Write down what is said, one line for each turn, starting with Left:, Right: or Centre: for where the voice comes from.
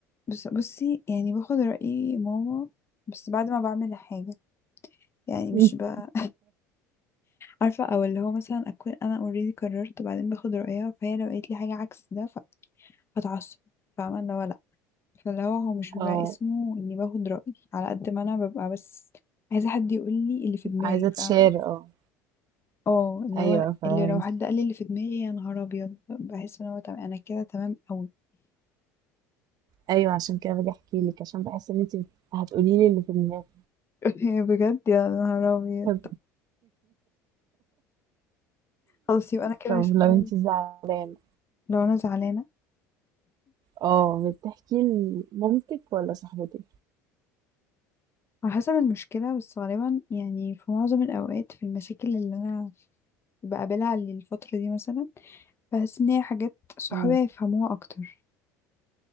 Left: بص بصي يعني باخد رأي ماما بس بعد ما بعمل حاجة يعني
Right: <laughs>
Left: مش ب... <laughs> عارفة او اللي هو مثلا اكون انا اوريدي قررت وبعدين باخد رأيها فهي لو قالت لي حاجة عكس ده ف- هتعصب فاهمة اللي هو لا فاللي هو هو مش بيبقى
Right: اه
Left: اسمه اني باخد رأي على قد ما انا ببقى بس عايزة حد يقول لي اللي في دماغي
Right: عايزة تشير
Left: فاهمة
Right: اه
Left: اه اللي
Right: ايوه
Left: هو
Right: فاهمك
Left: اللي لو حد قال لي اللي في دماغي يا نهار ابيض بحس ان هو تمام انا كده تمام قوي
Right: ايوه عشان كده باجي احكي لك عشان بحس ان انت هتقولي لي اللي في دماغك
Left: <laughs> بجد يا نهار ابيض
Right: <laughs> طب
Left: خلاص يبقى انا كده
Right: طب
Left: شايل
Right: لو انت زعلانة
Left: لو انا زعلانه
Right: اه بتحكي لمامتك ولا صاحبتك
Left: على حسب المشكله بس غالبا يعني في معظم الاوقات في المشاكل اللي انا بقابلها للفتره دي مثلا بحس ان هي حاجات صحابي
Right: مم.
Left: هيفهموها اكتر